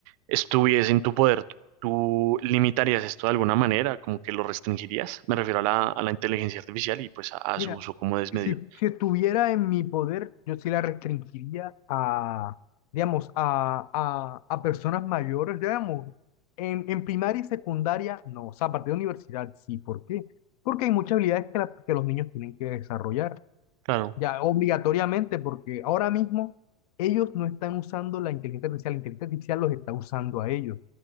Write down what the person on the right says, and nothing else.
estuviese en tu poder, ¿tú limitarías esto de alguna manera? ¿Como que lo restringirías? Me refiero a la, a la inteligencia artificial y pues a, a
su uso como desmedido.
Claro.